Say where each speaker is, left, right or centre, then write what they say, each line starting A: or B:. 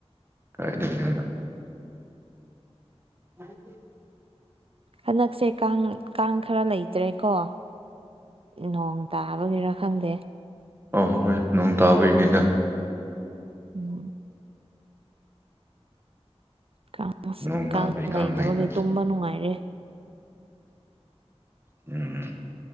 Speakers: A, on the right; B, on the right.
A: ꯀꯥꯏꯗꯗꯤ <inaudible> ꯑꯗꯨ <inaudible>
B: ꯍꯟꯗꯛꯁꯦ ꯀꯥꯡ ꯀꯥꯡ ꯈꯔ ꯂꯩꯇ꯭ꯔꯦꯀꯣ ꯅꯣꯡ ꯇꯥꯕꯒꯤꯔꯥ ꯈꯪꯗꯦ
A: ꯑꯣ ꯍꯣꯏ ꯅꯣꯡ ꯇꯥꯕꯩꯅꯤꯗ
B: ꯎꯝ ꯀꯥꯡ
A: ꯅꯣꯡ
B: ꯀꯥꯡ
A: ꯇꯥꯕꯩ
B: ꯂꯩꯇꯕꯒꯤ
A: ꯂꯩꯗ
B: ꯇꯨꯝꯕ ꯅꯨꯡꯉꯥꯏꯔꯦ
A: ꯎꯝ ꯎꯝ